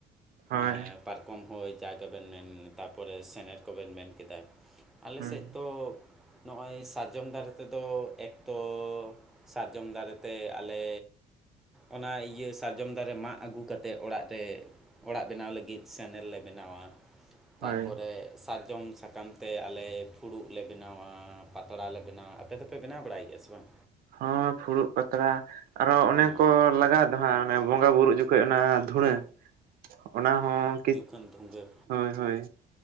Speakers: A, on the right; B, in the centre.
A: ᱦᱳᱭ
B: ᱮᱸ ᱯᱟᱨᱠᱚᱢ ᱦᱚᱭ ᱡᱟᱜᱮ ᱵᱮᱱ ᱢᱮᱱ ᱛᱟᱨᱯᱚᱨᱮ ᱥᱮᱱᱮᱨ ᱠᱚᱵᱮᱱ ᱢᱮᱱ ᱠᱮᱫᱟ ᱟᱞᱮ
A: ᱦᱩᱸ
B: ᱥᱮᱫ ᱫᱚ ᱱᱚᱜᱼᱚᱭ ᱥᱟᱨᱡᱚᱢ ᱫᱟᱨᱮ ᱛᱮᱫᱚ ᱮᱠᱛᱚ ᱥᱟᱨᱡᱚᱢ ᱫᱟᱨᱮ ᱛᱮ ᱟᱞᱮ ᱚᱱᱟ ᱤᱭᱟᱹ ᱥᱟᱨᱡᱚᱢ ᱫᱟᱨᱮ ᱢᱟᱜ ᱟᱹᱜᱩ ᱠᱟᱛᱮᱜ ᱚᱲᱟᱜ ᱨᱮ ᱚᱲᱟᱜ ᱵᱮᱱᱟᱣ ᱞᱟᱹᱜᱤᱫ ᱥᱮᱱᱮᱨ ᱞᱮ ᱵᱮᱱᱟᱣᱟ, ᱛᱟᱨᱯᱚᱨᱮ
A: ᱦᱳᱭ
B: ᱥᱟᱨᱡᱚᱢ ᱥᱟᱠᱟᱢ ᱛᱮ ᱟᱞᱮ ᱯᱷᱩᱲᱩᱜ ᱞᱮ ᱵᱮᱱᱟᱣᱟ ᱯᱟᱛᱲᱟ ᱞᱮ ᱵᱮᱱᱟᱣᱟ, ᱟᱯᱮ ᱫᱚᱯᱮ ᱵᱮᱱᱟᱣ ᱵᱟᱲᱟᱭ ᱜᱮᱭᱟ ᱥᱮ ᱵᱟᱝ?
A: ᱦᱳᱸ ᱯᱷᱩᱲᱩᱜ ᱯᱟᱛᱲᱟ ᱟᱨᱚ ᱚᱱᱮ
B: ᱦᱮᱸ
A: ᱠᱚ ᱞᱟᱜᱟᱣ ᱫᱚ ᱦᱟᱸᱜ ᱚᱱᱮ ᱵᱚᱸᱜᱟ ᱵᱩᱨᱩᱜ ᱡᱚ ᱠᱷᱚᱡ ᱚᱱᱟ ᱫᱷᱩᱲᱟᱹ ᱚᱱᱟ ᱦᱚᱸ ᱠᱤ
B: ᱢᱮᱱ ᱫᱷᱩᱸᱜᱟ
A: ᱦᱳᱭ ᱦᱳᱭ